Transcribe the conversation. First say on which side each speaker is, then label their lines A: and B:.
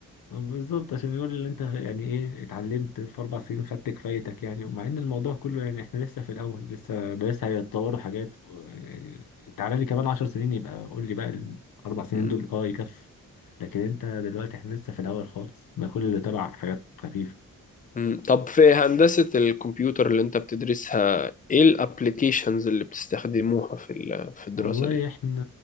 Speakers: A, on the left; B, on the left.
A: بالظبط عشان يقول اللي انت يعني ايه اتعلمت في اربع سنين خدت كفايتك يعني ومع ان الموضوع كله يعني احنا لسه في الاول لسه ده لسه هيتطوروا حاجات و- يعني تعالى لي كمان عشر سنين يبقى قول لي بقى الاربع سنين
B: مم.
A: دول اه يكفي لكن انت دلوقتي احنا لسه في الاول خالص ده كل اللي تبع حاجات خفيفة
B: مم. طب في هندسه الكمبيوتر اللي انت بتدرسها ايه الابلكيشنز اللي بتستخدموها في ال- في الدراسه
A: والله
B: دي
A: احنا